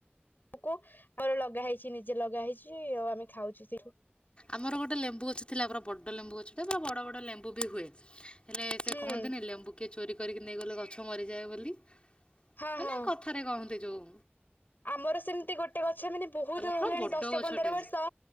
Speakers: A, on the left (about 55°); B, on the left (about 30°).
A: ଆମର ଲଗା ହେଇଛି ନିଜେ ଲଗା ହେଇଛି ଆଉ ଆମେ ଖାଉଛୁ ସେଇଠୁ।
B: ଆମର ଗୋଟେ ଲେମ୍ବୁ ଗଛ ଥିଲା ପୁରା ବଡ଼ ଲେମ୍ବୁ ଗଛଟେ ପୁରା ବଡ଼ ବଡ଼ ଲେମ୍ବୁ ବି ହୁଏ ହେଲେ ସେ
A: ହୁଁ
B: କହନ୍ତିନି ଲେମ୍ବୁ କିିଏ ଚୋରି କରିକି ନେଇଗଲେ ଗଛ ମରିଯାଏ ବୋଲି
A: ହଁ
B: ମାନେ
A: ହଁ
B: କଥାରେ କହନ୍ତି ଯେଉଁ
A: ଆମର ସେମିତି ଗୋଟେ ଗଛ ମାନେ ବହୁତ ହେଲାଣି
B: ପୁରା ବଡ଼
A: ଦଶ
B: ଗଛଟେ।
A: ପନ୍ଦର ବର୍ଷ